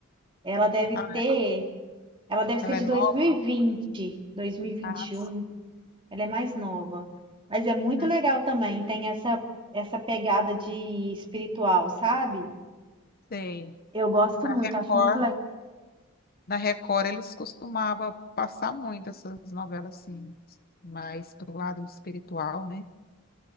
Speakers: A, on the right; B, on the left.
A: Ela deve
B: Ah,
A: ter, ela deve ser
B: ela
A: de
B: é nova?
A: 2020, 2021,
B: Ah,
A: ela é mais nova. Mas é muito
B: hum,
A: legal também, tem essa essa pegada de espiritual, sabe?
B: sei.
A: Eu gosto
B: Da
A: muito,
B: Record.
A: acho muito legal.
B: Na Record eles costumavam passar muito essas novelas assim, mais pro lado espiritual, né?